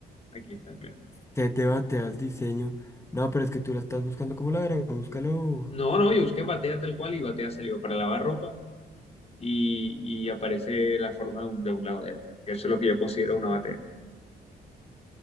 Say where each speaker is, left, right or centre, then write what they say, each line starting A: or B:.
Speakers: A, on the left; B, on the left.
A: Aquí está, mira.
B: te debate al diseño. No, pero es que tú la estás buscando como la verga, búscalo.
A: No, no, yo busqué batea tal cual y batea salió para lavar ropa y, y aparece la forma de un, de un lavadero. Eso es lo que yo considero una batea.